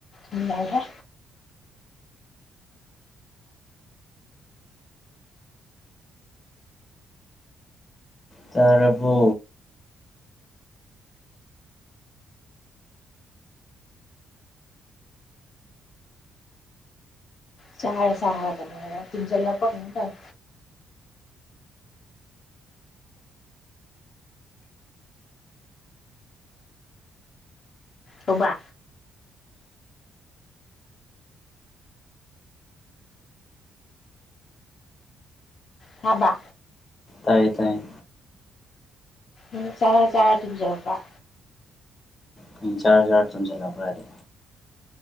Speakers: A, on the left; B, on the left.
A: ꯎ ꯂꯥꯏꯍꯦ
B: ꯇꯔꯕꯣ
A: ꯆꯥꯔ ꯆꯥꯔꯒ <unintelligible> ꯇꯨꯝꯖꯜꯂꯛꯄ꯭ꯔ ꯀꯩꯅꯣꯝ ꯇꯧꯋꯦ ꯑꯣꯕꯥ ꯊꯥꯕ
B: ꯇꯥꯏꯌꯦ ꯇꯥꯏꯌꯦ
A: ꯎꯝ ꯆꯥꯔ ꯆꯥꯔ ꯇꯨꯝꯖꯜꯂꯛꯄꯥꯥ
B: ꯀꯩ ꯆꯥꯔ ꯆꯥꯔ ꯇꯨꯝꯖꯜ ꯂꯛꯄ꯭ꯔꯗꯤ